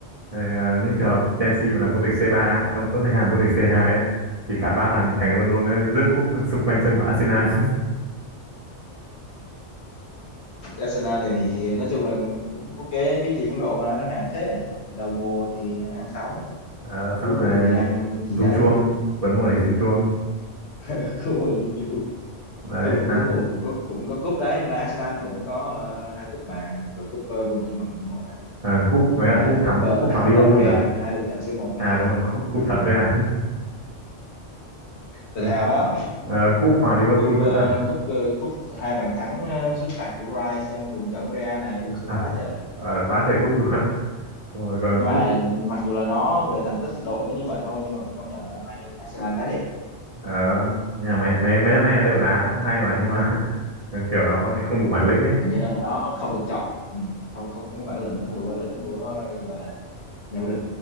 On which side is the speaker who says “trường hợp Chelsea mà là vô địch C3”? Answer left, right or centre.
Right